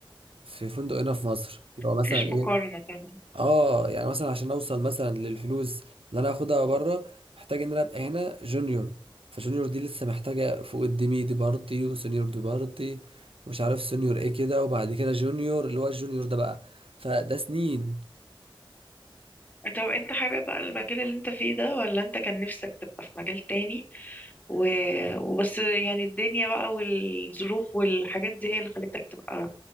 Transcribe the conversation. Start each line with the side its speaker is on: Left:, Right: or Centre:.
Right: في فندق هنا في مصر اللي هو مثلا
Left: مفيش مقارنة
Right: ايه
Left: طبعا
Right: اه يعني مثلا عشان اوصل مثلا للفلوس اللي انا هاخدها بره محتاج ان انا ابقى هنا جونيور فجونيور دي لسه محتاجه فوق الديمي دي بارتي وسينيور دي بارتي مش عارف سينيور ايه كده وبعد كده جونيور اللي هو الجونيور ده بقى فده سنين
Left: طب انت حابب بقى المجال اللي انت فيه ده ولا انت كان نفسك تبقى في مجال تاني و... وبس يعني الدنيا بقى والظروف والحاجات دي هي اللي خلتك تبقى